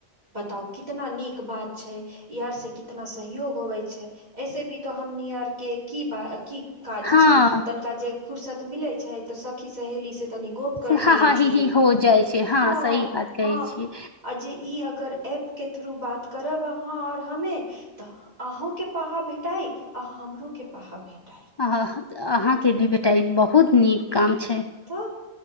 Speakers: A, on the right; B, on the left.
A: बताउ कितना नीक बात छै इहर से कितना सहयोग होबै छै ऐसे भी तो हमनी आर के की ब की काज
B: हँ
A: छै तनिका जे फुर्सत मिले छै तऽ सखी सहेली से त गप करलिय
B: से हा हा
A: छिय
B: ही ही हो जाइ छै हँ
A: ह
B: सही बात कहै
A: ह
B: छियै
A: आ ई अगर एप के थ्रू बात करब अहाँ आओर हमे तऽ अहूँंके पाहा भेटाइ आ हमरो के पहा भेटल
B: अ अहाँके भी बेटा बहुत नीक काम छै
A: तऽ